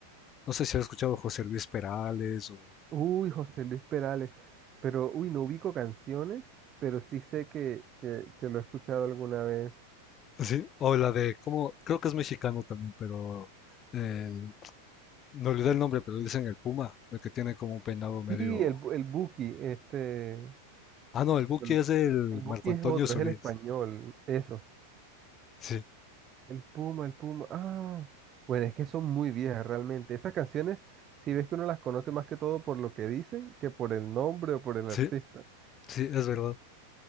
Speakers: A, on the left (about 30°); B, on the right (about 30°).
A: No sé si has escuchado José Luis Perales o
B: Uy, José Luis Perales, pero uy, no ubico canciones, pero sí sé que, que, que lo he escuchado alguna vez.
A: así, o la de cómo, creo que es mexicano también, pero el- me olvidé el nombre, pero dicen el Puma, el que tiene como un peinado medio.
B: Sí, el, Bu- el Buki, este,
A: Ah, no, el Buki
B: Mm.
A: es el
B: el Buki
A: Marco Antonio
B: es otro,
A: Solís.
B: es el español, esos.
A: Sí,
B: El Puma, el Puma, ah, bueno, es que son muy viejas realmente. Esas canciones, si ves que uno las conoce más que todo por lo que dicen que por el nombre o por el
A: sí,
B: artista.
A: sí, es verdad.